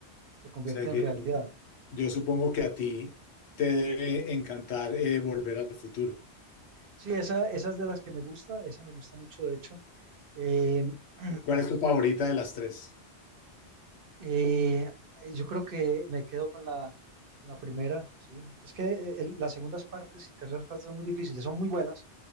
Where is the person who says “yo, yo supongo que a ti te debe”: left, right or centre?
Left